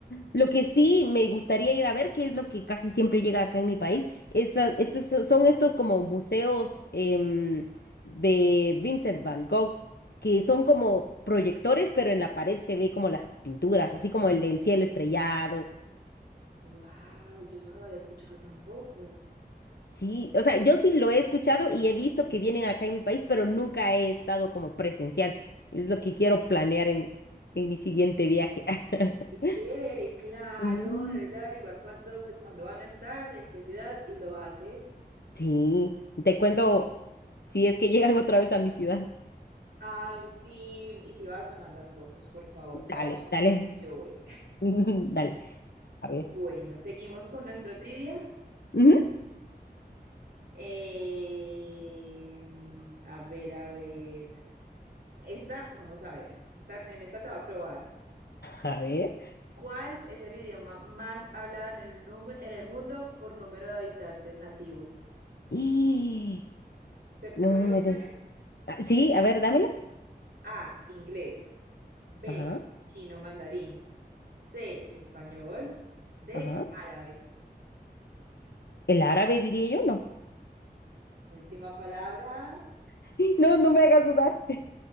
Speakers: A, on the left; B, on the right.
A: Lo que sí me gustaría ir a ver, que es lo que casi siempre llega acá en mi país, es, a- estos so- son estos como museos em, de Vincent Van Gogh, que son como proyectores, pero en la pared se ve como las pinturas, así como el del cielo estrellado.
B: Wow, yo eso no lo había escuchado tampoco.
A: Sí, o sea, yo sí lo he escuchado y he visto que vienen acá en mi país, pero nunca he estado como presencial. Es lo que quiero planear en, en mi siguiente viaje. <laughs>
B: Qué Chévere, claro,
A: Mm.
B: debes de averiguar cuándo, pues cuándo van a estar, en qué ciudad y lo haces.
A: Sí, te cuento si es que llegan otra vez a mi ciudad.
B: Ay, sí, y si vas me mandas fotos, por favor,
A: Dale,
B: o me invitas,
A: dale,
B: yo voy.
A: <laughs> dale. A ver.
B: Bueno, seguimos con nuestro trivia.
A: Ujú,
B: Eh, a ver, a ver. Esta, vamos a ver. Esta, en esta te va a probar.
A: A ver.
B: ¿Cuál es el idioma más hablado en el, nume- en el mundo por número de habitantes nativos?
A: Y-
B: ¿Te
A: No,
B: doy opciones?
A: no, no. Ah, Sí, a ver, dámela.
B: A, inglés. B,
A: Ajá,
B: chino mandarín. C, español. D,
A: ajá.
B: árabe.
A: El árabe diría yo, no.
B: Última palabra.
A: <laughs> No, no me hagas dudar. <laughs>